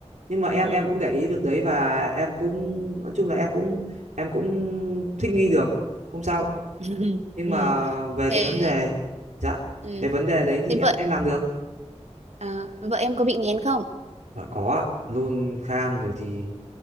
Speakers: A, on the right (about 85°); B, on the right (about 65°).
A: Nhưng mà em
B: ừ
A: em cũng để ý việc đấy và em cũng nói chung là em cũng em cũng thích nghi được, không sao.
B: <laughs>
A: Nhưng
B: ừ
A: mà về
B: thế
A: cái vấn đề dạ,
B: ừ
A: về vấn đề đấy thì
B: Thế
A: em
B: vợ
A: em làm được.
B: à, vợ em có bị nghén không?
A: Dạ có ạ, nôn khan rồi thì